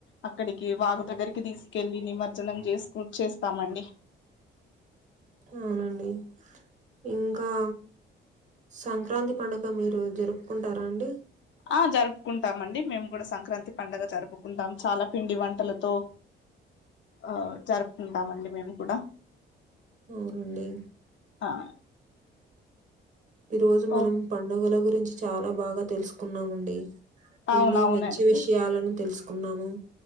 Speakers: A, on the left; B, on the right.
A: అక్కడికి వాగు దగ్గరికి తీసుకెళ్ళి నిమజ్జనం చేసుకు చేస్తామండి
B: అవునండి ఇంకా సంక్రాంతి పండుగ మీరు జరుపుకుంటారా అండి
A: ఆ జరుపుకుంటాం అండి మేము కూడా సంక్రాంతి పండగ జరుపుకుంటాం చాలా పిండి వంటలతో ఆ జరుపుకుంటామండి మేము కూడా
B: అవునండి
A: ఆ
B: ఈ రోజు
A: ఓ
B: మనం పండుగల గురించి చాలా బాగా తెలుసుకున్నామండి
A: అవునవునండి
B: ఎన్నో మంచి విషయాలను తెలుసుకున్నాము